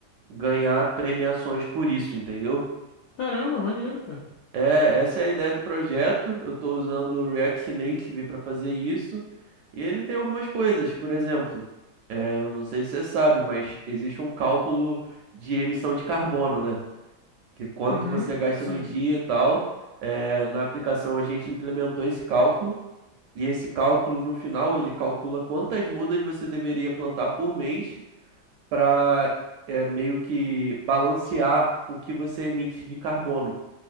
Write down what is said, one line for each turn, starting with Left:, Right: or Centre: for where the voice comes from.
Right: ganhar premiações por isso, entendeu?
Left: Caramba, maneiro, cara.
Right: É, essa é a ideia do projeto. Eu estou usando o React Native para fazer isso. E ele tem algumas coisas, por exemplo, é, eu não sei se você sabe, mas existe um cálculo de emissão de carbono, né? Que quanto
Left: Uhum,
Right: você gasta
Left: sim.
Right: no dia e tal. É, na aplicação a gente implementou esse cálculo. E esse cálculo, no final, ele calcula quantas mudas você deveria plantar por mês para meio que balancear o que você emite de carbono.